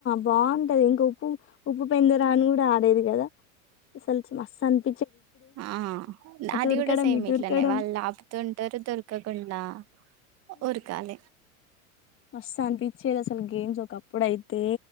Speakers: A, on the left; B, on the right.
A: బాగుంటది ఇంకా ఉప్పు ఉప్పు పెందరాని కూడా ఆడేది కదా అసలు మస్ అంత
B: ఆ అది
A: ఉరకడం
B: కూడా సేమ్
A: ఇటు
B: ఇట్లనే
A: ఉరకడం
B: వాళ్ళు ఆపుతుంటారు దొరకకుండా ఒక కాల
A: మస్తు అనిపచ్చేది అసలు గేమ్స్ ఒక అప్పుడయితే